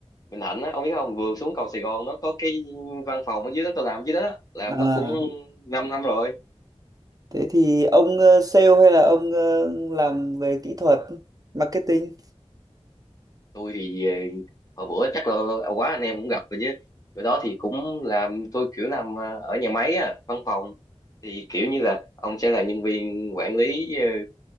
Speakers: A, on the left; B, on the right.
A: Bình Thạnh á ông biết không vừa xuống cầu Sài Gòn nó có cái văn phòng ở dưới đó tôi làm dưới đó làm
B: À, à
A: nó cũng 5 năm rồi
B: Thế thì ông ờ, sale hay là ông ờ, làm về kỹ thuật, marketing?
A: tôi thì ờ, hồi bữa chắc là quá anh em cũng gặp rồi chứ chỗ đó thì cũng làm tôi kiểu làm ờ, ở nhà máy á văn phòng thì kiểu như là ông sẽ là nhân viên quản lý ờ,